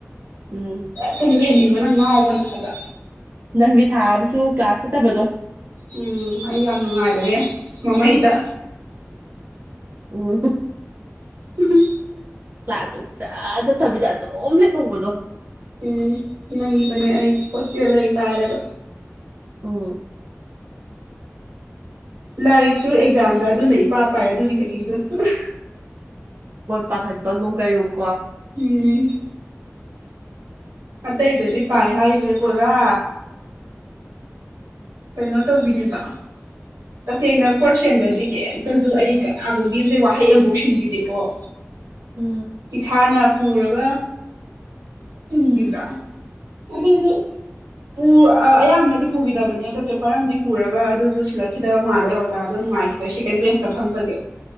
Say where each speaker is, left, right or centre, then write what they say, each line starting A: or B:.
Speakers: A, on the right; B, on the right.
A: ꯎꯝ
B: ꯀꯅꯣ ꯍꯦꯟꯅꯤꯡꯕꯅ ꯉꯥꯎꯕꯅꯦ ꯍꯥꯏꯕ
A: ꯅꯪꯗꯤ ꯊꯥꯑꯃꯁꯨ ꯀ꯭ꯂꯥꯁ ꯆꯠꯇꯕꯗꯣ
B: ꯎꯝ ꯑꯩ ꯌꯥꯝ ꯅꯨꯡꯉꯥꯏꯕꯅꯦ ꯃꯃꯩꯗ
A: ꯑꯣ
B: ꯑꯥꯍꯝ
A: ꯀ꯭ꯂꯥꯁ ꯁꯨꯡꯆꯠꯇꯕꯤꯗ ꯑꯗꯨꯝ ꯂꯩꯍꯧꯕꯗꯣ
B: ꯎꯝ ꯅꯩꯕꯅꯦ ꯑꯩꯁꯦ ꯍꯣꯁꯇꯦꯜ ꯂꯩ ꯀꯥꯏꯔꯒ
A: ꯑꯝ
B: ꯂꯥꯏꯔꯤꯛꯁꯨ ꯑꯦꯛꯖꯥꯝꯗ ꯑꯗꯨꯅ ꯏꯄꯥ ꯄꯥꯏ ꯑꯗꯨꯒꯤ ꯆꯍꯤꯗꯨꯅ
A: ꯍꯣꯏ ꯄꯥꯈꯠꯄꯒꯨꯝ ꯀꯩꯒꯨꯝ ꯀꯣ
B: ꯎꯝ ꯑꯇꯩꯗꯗꯤ ꯄꯥꯏ ꯍꯥꯏꯁꯦ ꯄꯨꯔꯥ ꯀꯩꯅꯣ ꯇꯧꯕꯤꯅꯦꯕ ꯇꯁꯦꯡꯅ ꯐꯣꯔꯠ ꯁꯦꯝꯗꯗꯤ ꯀꯩꯝꯇꯖ ꯑꯩ ꯀꯅꯥꯒꯨꯝꯕꯤ ꯑꯝꯇ ꯋꯥꯍꯩ ꯑꯃꯕꯨꯛ ꯁꯤꯟꯈꯤꯗꯦꯀꯣ <inaudible>
A: ꯎꯝ
B: ꯏꯁꯥꯅ ꯄꯨꯔꯒ <unintelligible> ꯄꯨ ꯑ ꯑꯌꯥꯝꯕꯅꯗꯤ ꯄꯨꯈꯤꯗꯕꯅꯦ ꯑꯗꯣ ꯄꯦꯄꯔ ꯑꯃꯗꯤ ꯄꯨꯔꯒ ꯑꯗꯨꯁꯨ ꯁꯤꯜꯂꯛꯈꯤꯗꯕ ꯃꯥꯜꯂꯦ ꯑꯣꯖꯥꯗꯣ ꯅꯨꯡꯉꯥꯏꯈꯤ ꯁꯀꯦꯟ ꯕꯦꯟꯁꯇ ꯐꯝꯕꯒꯤ